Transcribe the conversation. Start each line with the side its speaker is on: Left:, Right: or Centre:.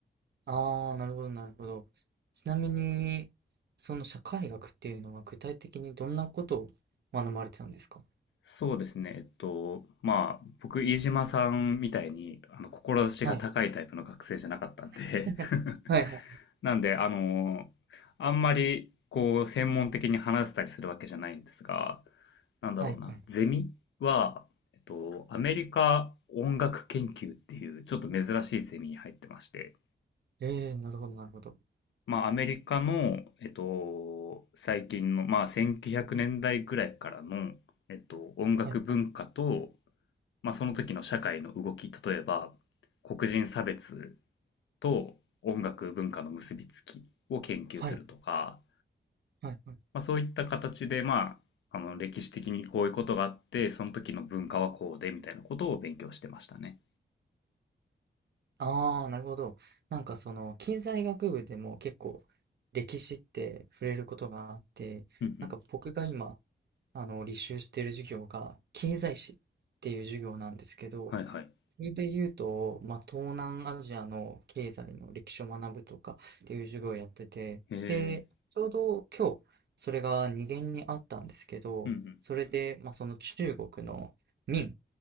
Right: ああ、なるほどなるほど。ちなみに、その社会学っていうのは具体的にどんなことを学ばれてたんですか
Left: そうですね。えっと、まあ、僕、飯島さんみたいに、あの、志が高いタイプの学生じゃなかったんで
Right: はい。<laughs> はいはい。
Left: <laughs> なんで、あの、あんまり、こう、専門的に話せたりするわけじゃないんですが、なんだろうな、
Right: はいはい。
Left: ゼミは、えっと、アメリカ音楽研究っていう、ちょっと珍しいゼミに入ってまして、
Right: ええー、なるほどなるほど。
Left: まあ、アメリカの、えっと、最近の、まあ、1900年代ぐらいからの、えっと、音楽文化と、
Right: はいはい。
Left: まあ、その時の社会の動き、例えば黒人差別と音楽文化の結びつきを研究するとか、
Right: はいはいはい。
Left: まあ、そういった形で、まあ、あの歴史的にこういうことがあってその時の文化はこうでみたいなことを勉強してましたね。
Right: ああ、なるほど。なんかその経済学部でも結構歴史って触れることがあって、
Left: うんうん。
Right: なんか僕が今、あの、履修している授業が経済史っていう授業なんですけど、
Left: はいはい。
Right: それで言うと、まあ、東南アジアの経済の歴史を学ぶとかっていう授業をやってて、
Left: へえ。
Right: で、ちょうど今日、それが二限にあったんですけど、
Left: うん
Right: それで、まあ、その中国の明